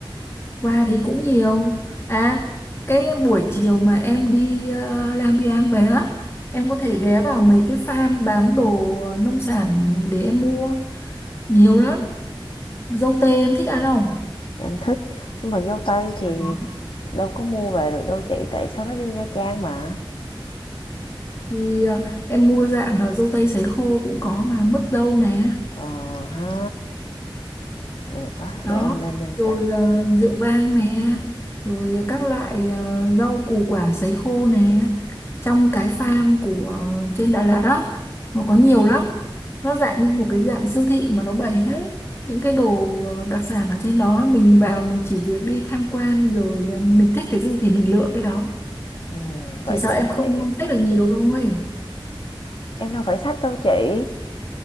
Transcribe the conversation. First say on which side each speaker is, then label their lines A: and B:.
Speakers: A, on the left (about 30°); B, on the left (about 70°).
A: Quà thì cũng nhiều à cái buổi chiều mà em đi uh, Lam Biang về á em có thể ghé vào mấy cái farm bán đồ nông sản để em mua nhiều lắm dâu tây em thích ăn không
B: em thích nhưng mà dâu tây thì
A: Có.
B: đâu có mua về được đâu chị tại sau đó đi nha trang mà
A: thì ờ, em mua dạng là dâu tây sấy khô cũng có mà mứt dâu nè
B: ờ ha được á
A: đó
B: để em lên danh
A: rồi
B: sách
A: ờ, rượu vang nè rồi các loại ờ, rau củ quả sấy khô nè trong cái farm của ờ, trên Đà Lạt đó nó có nhiều lắm nó dạng như một cái dạng siêu thị mà nó bày hết những cái đồ ờ, đặc sản ở trên đó mình vào mình chỉ việc đi tham quan rồi ờ, mình thích cái gì thì mình lựa cái đó
B: ừ, vậy
A: chỉ sợ
B: cũng
A: em không
B: tiện
A: xách được nhiều thôi
B: em đâu phải sách đâu chị